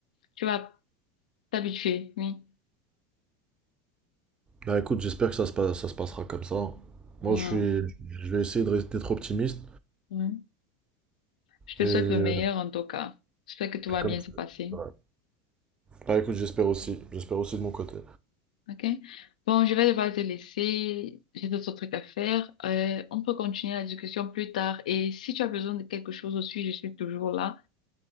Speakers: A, on the left; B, on the right.
A: Tu vas t'habituer, oui.
B: Bah écoute, j'espère que ça se passe, ça se passera comme ça. hein. Moi,
A: Moi,
B: je suis, je vais essayer de rester d'être optimiste.
A: oui. Je te
B: Et,
A: souhaite
B: et
A: le meilleur en tout cas. J'espère que tout va
B: comme
A: bien se passer.
B: ouais. Bah écoute, j'espère aussi. J'espère aussi de mon côté.
A: OK? Bon, je vais devoir te laisser. J'ai d'autres trucs à faire. Euh, on peut continuer la discussion plus tard. Et si tu as besoin de quelque chose aussi, je suis toujours là.